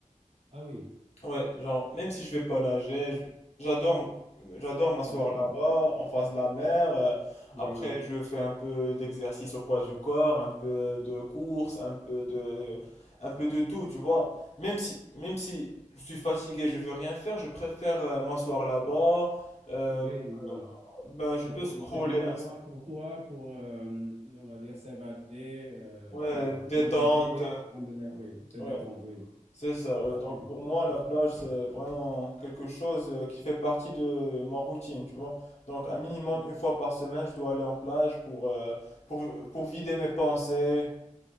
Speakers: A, on the right (about 50°); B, on the left (about 55°).
A: Ah oui,
B: Ouais, genre même si je vais pas nager, je- j'adore j'adore m'asseoir
A: d'accord.
B: là-bas en face
A: Ouais.
B: de la mer. euh,
A: Oui,
B: Après je fais un peu d'exercice au poids du corps, un peu de course, un peu de un peu de tout, tu vois. Même si même si je suis fatigué, je veux rien faire, je préfère euh, m'asseoir là-bas. euh,
A: oui, oui.
B: ben
A: C'est
B: je peux
A: c'est-
B: scroller,
A: c'est un endroit
B: hein.
A: pour toi, pour, euh, on va dire, s'évader, euh,
B: ouais,
A: de, de
B: détente.
A: méditer,
B: euh,
A: prendre l'air, oui, se
B: ouais.
A: détendre, oui.
B: C'est ça,
A: Absolument.
B: ouais. Donc pour moi,
A: Absolument.
B: la plage, c'est vraiment quelque chose euh, qui fait partie de ma routine, tu vois. Donc un minimum une fois par semaine, je dois aller en plage pour, euh, pour, pour vider mes pensées.